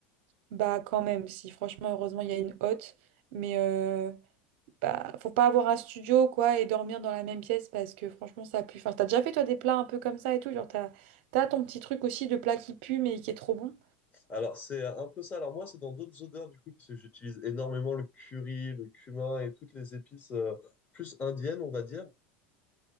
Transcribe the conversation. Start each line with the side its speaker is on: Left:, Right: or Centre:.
Right: Bah, quand même, si. Franchement, heureusement, il y a une hotte. Mais euh, bah, faut pas avoir un studio, quoi, et dormir dans la même pièce parce que franchement, ça pue. Enfin, t'as déjà fait, toi, des plats un peu comme ça et tout. Genre, t'as, t'as ton petit truc aussi de plat qui pue, mais qui est trop bon.
Left: Alors c'est euh, un peu ça. Alors moi, c'est dans d'autres odeurs du coup, parce que j'utilise énormément le curry, le cumin et toutes les épices euh, plus indiennes, on va dire.